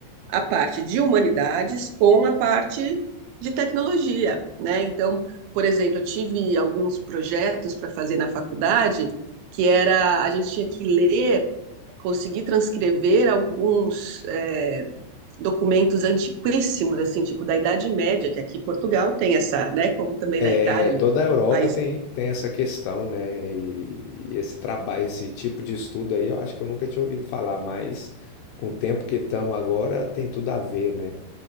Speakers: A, on the right (about 85°); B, on the left (about 80°).
A: a parte de humanidades com a parte de tecnologia, né? Então, por exemplo, eu tive alguns projetos para fazer na faculdade que era a gente tinha que ler, conseguir transcrever alguns é, documentos antiquíssimos, assim, tipo da Idade Média, que aqui em Portugal tem essa, né? Como também na Itália,
B: É, toda a Europa
A: país
B: tem, tem essa questão, né? E e esse trabalho, esse tipo de estudo aí, eu acho que eu nunca tinha ouvido falar, mas com o tempo que estamos agora, tem tudo a ver, né?